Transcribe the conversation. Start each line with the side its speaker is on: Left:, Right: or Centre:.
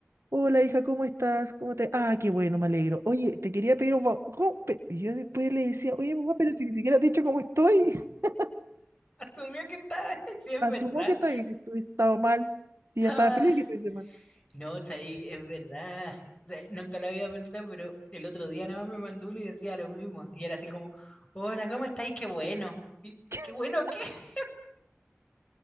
Right: Hola hija, ¿cómo estás? ¿Cómo te...? Ah, qué bueno, me alegro. Oye, te quería pedir un favor. ¿Cómo pe-?" Y yo después le decía, oye mamá, pero si ni siquiera te he dicho cómo estoy. <laughs>
Left: Asumió que está, <laughs> sí es
Right: Asumo
Left: verdad.
Right: que estás, si tú has estado mal. Y
Left: Ah,
Right: ya estaba feliz que estuviese mal.
Left: no, o sea, ahí es verdad. O sea, nunca lo había pensado, pero el otro día nada más me mandó uno y decía lo mismo. Y era así como, hola, ¿cómo estáis? Qué bueno. Y,
Right: <laughs>
Left: ¿Qué bueno qué? <laughs>